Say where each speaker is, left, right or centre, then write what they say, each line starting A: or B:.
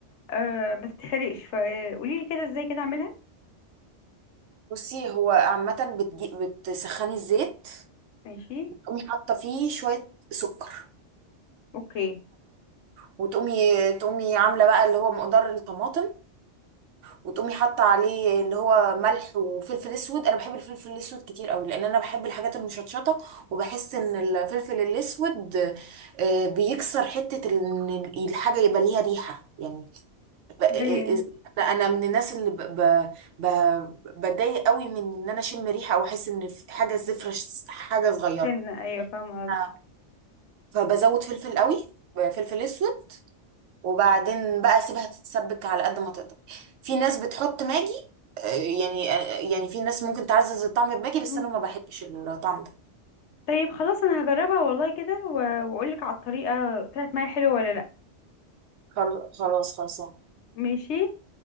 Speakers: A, on the left; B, on the right.
A: أه ما تتحرقش فقولي لي كده ازاي كده اعملها
B: بصي هو عامه بتجي... بتسخني الزيت
A: ماشي
B: تقومي حاطه فيه شويه سكر
A: اوكي
B: وتقومي تقومي عامله بقى اللي هو مقدار الطماطم وتقومي حاطه عليه اللي هو ملح وفلفل اسود انا بحب الفلفل الاسود كتير قوي لان انا بحب الحاجات المشطشطه وبحس ان الفلفل الاسود آه، بيكسر حته ان الحاجه يبقى ليها ريحه يعني ب- آه،
A: ايوه
B: آه، انا من الناس اللي ب- ب- ب- بتضايق قوي من ان انا اشم ريحه او احس ان في حاجه زفره ش- حاجه صغيره
A: سنة ايوه فاهمه
B: آه. فبزود فلفل قوي فلفل اسود وبعدين بقى سيبها تتسبك على قد ما تقدر في ناس بتحط ماجي آه، يعني آه، آه، يعني في ناس ممكن تعزز الطعم بماجي بس
A: قصدي
B: انا ما بحبش الطعم ده
A: طيب خلاص انا هجربها والله كده و- واقولك على الطريقة طلعت معايا حلوة ولا لا
B: خل- خلاص خلصان
A: ماشي